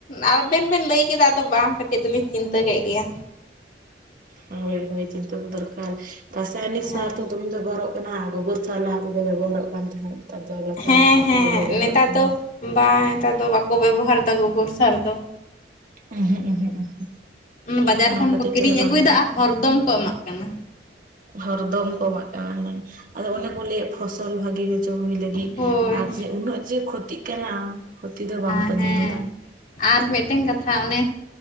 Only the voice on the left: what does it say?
ᱟᱵᱮᱱ ᱵᱮᱱ ᱞᱟᱹᱭ ᱠᱮᱫᱟ ᱟᱫᱚ ᱵᱟᱝ ᱠᱟᱹᱴᱤᱡ ᱫᱚᱞᱤᱧ ᱪᱤᱱᱛᱟᱹ ᱠᱮᱜ ᱜᱮᱭᱟ᱾
ᱦᱮᱸ
ᱦᱮᱸ
ᱦᱮᱸ
ᱱᱮᱛᱟᱨ
ᱫᱚ ᱵᱟᱝ ᱱᱮᱛᱟᱨ ᱫᱚ ᱵᱟᱠᱚ ᱵᱮᱵᱚᱦᱟᱨᱮᱫᱟ ᱜᱳᱵᱚᱨ ᱥᱟᱨ ᱫᱚ᱾
ᱚᱱᱟ ᱵᱟᱡᱟᱨ ᱠᱷᱚᱱ
ᱠᱚ ᱠᱤᱨᱤᱧ
ᱟᱹᱜᱩᱭᱫᱟ ᱟᱨ ᱦᱚᱨ ᱫᱚᱢ ᱠᱚ ᱮᱢᱟᱜ ᱠᱟᱱᱟ᱾
ᱦᱳᱭ
ᱟ ᱦᱮᱸ,
ᱟᱨ ᱢᱤᱫᱴᱮᱝ ᱠᱟᱛᱷᱟ ᱚᱱᱮ